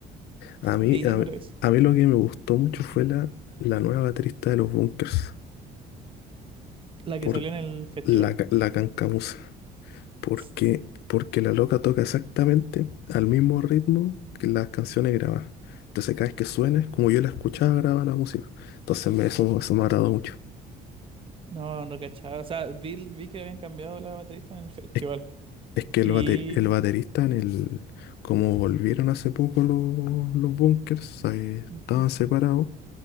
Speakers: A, on the left; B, on the right.
A: A mí,
B: Sí,
A: a
B: pero
A: mí,
B: eso.
A: a mí lo que me gustó mucho fue la, la nueva baterista de los Bunkers,
B: La
A: por
B: que salió en el festival.
A: la, ca- la Cancamusa. Porque,
B: s- s-
A: porque la loca toca exactamente al mismo ritmo que las canciones grabadas. Entonces cada vez que suena, es como yo la escuchaba, graba la música. Entonces me- eso, eso me ha agradó mucho.
B: No, no cachaba. O sea, vi, vi que habían cambiado la baterista en el festival.
A: Es, es que
B: Y...
A: el, bate- el baterista en el... Como volvieron hace poco los, los bunkers, eh,
B: ujú,
A: estaban separados.